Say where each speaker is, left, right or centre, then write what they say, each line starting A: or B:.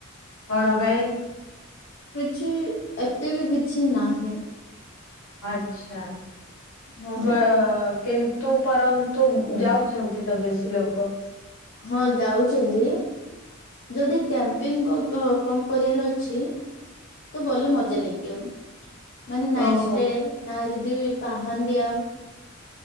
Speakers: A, on the left (about 80°); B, on the left (about 60°).
A: କଣ ପାଇଁ?
B: କିଛି ଏତେ ବି କିଛି ନାହିଁ।
A: ଆଛା
B: ହଁ
A: ବ କିନ୍ତୁ ପରନ୍ତୁ ଯାଉଛନ୍ତି ତ ବେଶୀ ଲୋକ।
B: ହଁ ଯାଉଛନ୍ତି ଯଦି କ୍ୟାମ୍ପିଙ୍ଗ କଣ କରିବାର ଅଛି ତ ଗଲେ ମଜା ଲାଗିବ ମାନେ ନାଇଟ
A: ଓହୋ।
B: ଷ୍ଟେ ନା ଆଉ ଯଦି ପାହାନ୍ତିିଆ